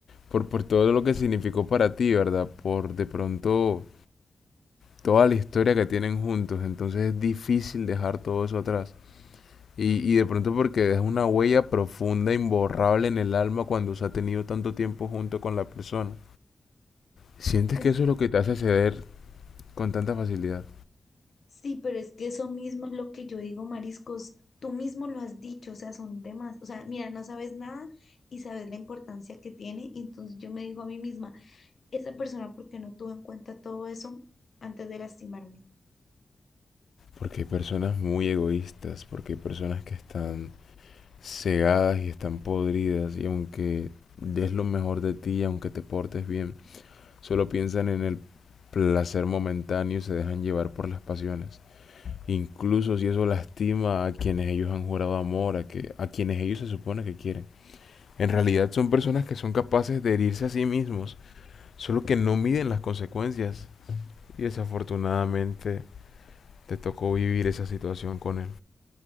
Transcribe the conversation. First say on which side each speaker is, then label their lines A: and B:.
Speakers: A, on the left; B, on the left.
A: por, por todo lo que significó para ti, ¿verdad? Por de pronto toda la historia que tienen juntos, entonces es difícil dejar todo eso atrás. Y, y de pronto porque deja una huella profunda, imborrable en el alma cuando se ha tenido tanto tiempo junto con la persona. Sientes
B: Es
A: que eso es lo que te hace ceder con tanta facilidad.
B: Sí, pero es que eso mismo es lo que yo digo, mariscos. Tú mismo lo has dicho, o sea, son demás. O sea, mira, no sabes nada y sabes la importancia que tiene. y Entonces yo me digo a mí misma, esa persona, ¿por qué no tuvo en cuenta todo eso antes de lastimarme?
A: Porque hay personas muy egoístas, porque hay personas que están cegadas y están podridas, y aunque des lo mejor de ti, aunque te portes bien, solo piensan en el placer momentáneo y se dejan llevar por las pasiones. Incluso si eso lastima a quienes ellos han jurado amor, a, que, a quienes ellos se supone que quieren. En realidad son personas que son capaces de herirse a sí mismos, solo que no miden las consecuencias. Y desafortunadamente te tocó vivir esa situación con él.